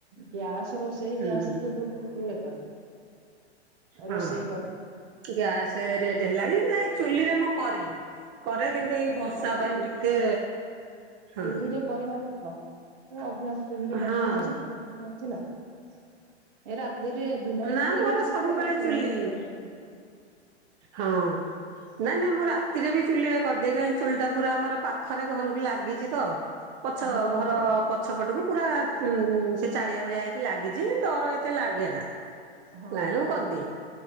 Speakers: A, on the right; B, on the right.
A: ଗ୍ୟାସ ରୋଷେଇ
B: ହୁଁ
A: ଗ୍ୟାସର ତ ଯୋଉ ରେଟ।
B: ହଁ
A: ରୋଷେଇ କର
B: ଗ୍ୟାସ ରେଟ ହେଲାଣି ନା ଚୁଲି ରେ ମୁଁ କରେ କରେ କିନ୍ତୁ ଏଇ ବ ର୍ଷା
A: ହଁ ଚୁଲିରେ
B: ପାଇଁ ଟିକେ ହଁ
A: ଚୁଲିରେ କରିବା ଭଲ ଏ ଅଭ୍ୟାସ ଚଲିରେ କରିଲେ
B: ହଁ।
A: <unintelligible> <unintelligible> ଏ ରାତିରେ ଦିନରେ
B: ନା
A: କରିଦେବେ
B: ମୋର
A: ଚୁଲିରେ।
B: ସବୁବେଳେ
A: ରାତିରେ
B: ଚୁଲି
A: ନହେଲେ ଗ୍ୟାସ <inaudible>
B: ହଁ। ନାଇଁ ନାଇଁ ମୁଁ ରାତିରେ ବି ଚୁଲିରେ କରିଦିଏ କାହିଁ ଚୁଲି ଟା ପୁରା ଆମର ପାଖରେ ଘରକୁ ଲାଗିଚି ତ। ପଛ
A: ହଁ
B: ଘର ପଛ ପଟକୁ ପୁରା ସେ ଚାଳିଆ ଭଳିଆ ହେଇକି ଲାଗିଚି ଡର ଏତେ ଲାଗେ ନାଁ।
A: ହଁ
B: ନାଇଁ ମୁଁ କରିଦିଏ